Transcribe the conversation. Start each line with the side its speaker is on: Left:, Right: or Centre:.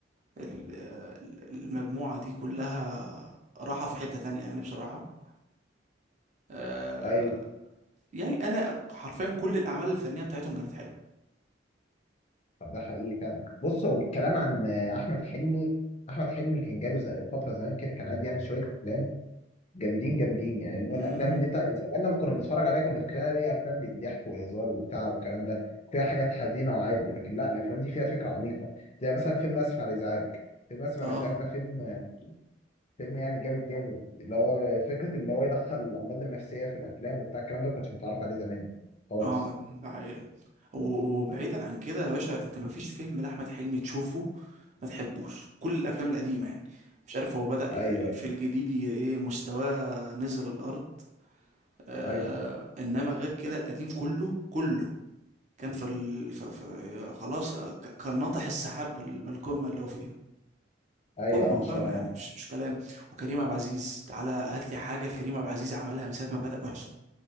Right: ال- آه، ال- المجموعة دي كلها راحة في حتة تانية يعني بصراحة آه،
Left: ايوه
Right: يعني انا حرفيا كل الاعمال الفنية بتاعتهم كانت حلوة
Left: ده حقيقي فعلا بص هو بالكلام عن آه، احمد حلمي احمد حلمي كان جاله زي- فتره زمان كده كان قاعد يعمل شويه افلام جامدين جامدين يعني اللي هو
Right: امم
Left: الافلام اللي انت زمان لما كنا بنتفرج عليها كنا فاكرينها ليه افلام للضحك والهزار وبتاع والكلام ده فيها حاجات حزينه وعادي لكن لا الافلام دي فيها فكره عميقه زي مثلا فيلم اسف على الازعاج فيلم اسف على
Right: اه
Left: الازعاج ده فيلم فيلم يعني جامد جامد اللي هو فكره اللي هو يدخل الامراض النفسيه في الافلام وبتاع الكلام ده ما كنتش متعرف عليه زمان خالص
Right: اه ده حقيقة. و- وبعيدا عن كده يا باشا انت مفيش فيلم لاحمد حلمي تشوفه ما تحبوش كل الافلام القديمه يعني مش عارف هو بدأ
Left: ايوه
Right: ي-
Left: ايوه
Right: في الجديد ي- ايه مستواه نزل الارض آه
Left: ايوه
Right: انما غير كده القديم كله كله كان في, ال... في... في... خلاص آه، ك- كان ناطح السحاب بال- بالقمه اللي هو فيها
Left: ايوه
Right: قمه
Left: آه، ما
Right: وقمه
Left: شاء الله
Right: يعني مش مش كلام وكريم عبد العزيز تعالى هات لي حاجه لكريم عبد العزيز عملها من ساعه ما بدأ وحش